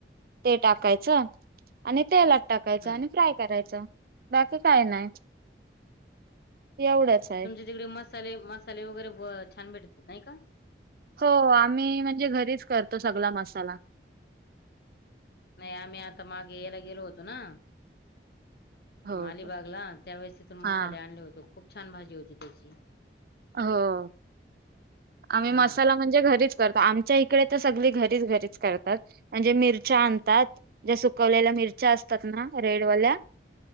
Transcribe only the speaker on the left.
हम्म
तुमचे तिकडे मसाले मसाले वगैरे छान भेटतात नाही का
नाही आम्ही आता मागे यायला गेलो होतो ना
अलिबागला
त्यावेेळेस तिथून मसाले
आणले होते खूप छान भाजी होती त्याची
हा